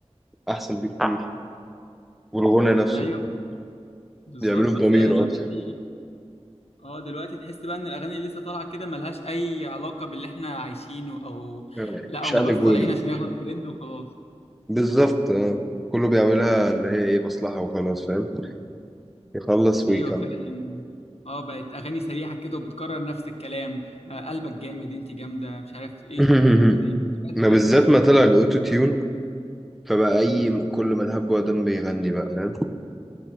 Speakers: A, in the centre; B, on the left (about 65°).
A: احسن بكتير والغنى نفسه
B: أيوه بالظبط
A: بيعملوه بضمير
B: فعلا دلوقتي
A: اكتر
B: اه دلوقتي تحس بقى ان الاغاني اللي لسه طالعه كده ملهاش اي علاقه باللي احنا عايشينه او
A: يعني
B: لا او
A: شقلب
B: ما بس طالعين
A: وقلب
B: عشان ياخدوا ترند وخلاص
A: بالظبط اه كله بيعملها اللي هي ايه مصلحة وخلاص فاهم يخلص
B: ايوه
A: ويكمل
B: فعلا اه بقت اغاني سريعه كده وبتكرر نفس الكلام آه قلبك جامد انت جامده مش عارف ايه
A: <laughs>
B: ح- زي بقت
A: ما
B: وحش
A: بالذات ما طلع الاوتو تيون فبقى اي
B: امم
A: كل من هب ودم بيغني بقى فاهم